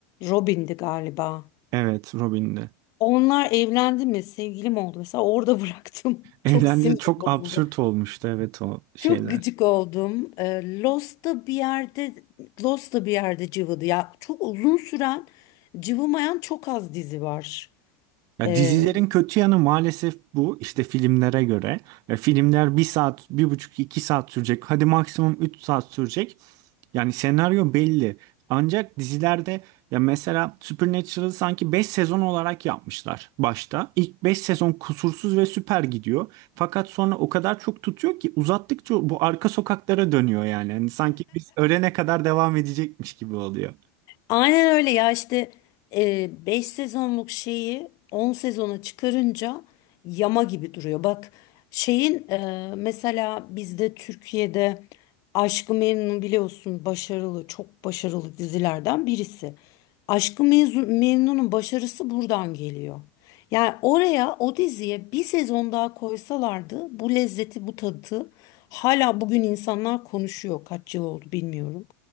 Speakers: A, on the left; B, on the right.
A: Robin'di galiba.
B: Evet, Robin'de.
A: Onlar evlendi mi, sevgili mi oldu mesela orada bıraktım. <laughs>
B: Eğlendi
A: Çok sinirim
B: çok
A: bozuldu.
B: absürt olmuştu evet o şeyler.
A: Çok gıcık oldum. Ee, Lost da bir yerde Lost da bir yerde cıvıdı. Ya çok uzun süren cıvımayan çok az dizi var.
B: Ya
A: Ee,
B: dizilerin kötü yanı maalesef bu işte filmlere göre. Ya filmler bir saat, bir buçuk, iki saat sürecek. Hadi maksimum üç saat sürecek. Yani senaryo belli. Ancak dizilerde ya mesela Supernatural'ı sanki 5 sezon olarak yapmışlar başta. İlk 5 sezon kusursuz ve süper gidiyor. Fakat sonra o kadar çok tutuyor ki uzattıkça bu arka sokaklara dönüyor yani. Hani sanki biz ölene kadar devam edecekmiş gibi oluyor.
A: Aynen öyle ya işte 5 sezonluk şeyi 10 sezona çıkarınca yama gibi duruyor. Bak şeyin e, mesela bizde Türkiye'de Aşk-ı Memnu biliyorsun başarılı çok başarılı dizilerden birisi. Aşk-ı Mezun- Memnu'nun başarısı buradan geliyor. Yani oraya o diziye bir sezon daha koysalardı bu lezzeti bu tadı hala bugün insanlar konuşuyor kaç yıl oldu bilmiyorum.